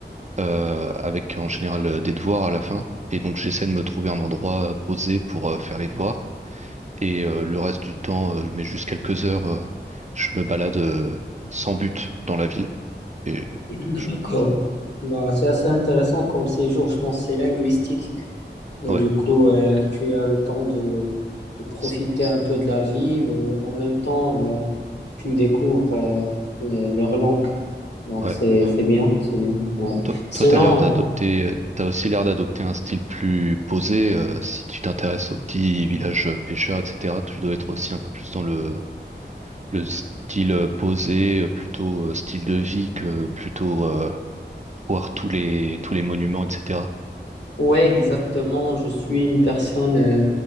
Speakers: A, on the right; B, on the left.
A: euh, avec en général euh, des devoirs à la fin. Et donc, j'essaie de me trouver un endroit posé pour euh, faire les devoirs. Et euh, le reste du temps, euh, je mets juste quelques heures, euh, je me balade euh, sans but dans la ville. Et
B: D'accord.
A: je-
B: Bah, c'est assez intéressant comme séjour, je pense que c'est linguistique. Et
A: ouais,
B: du coup, euh, tu as le temps de, de profiter
A: c'est-
B: un peu de la ville et en même temps, euh, tu découvres euh, le- leur langue. Donc,
A: ouais.
B: c'est, c'est bien, c'est bien. Ouais. Ouais.
A: Toi,
B: Sinon,
A: toi, t'as l'air d'adopter,
B: euh,
A: t'as aussi l'air d'adopter un style plus posé. euh, si tu t'intéresses aux petits villages euh, pêcheurs, etc., tu dois être aussi un peu plus dans le, le style euh, posé, euh, plutôt euh, style de vie que plutôt euh, voir tous les, tous les monuments, etc.
B: Ouais, exactement. Je suis une personne euh,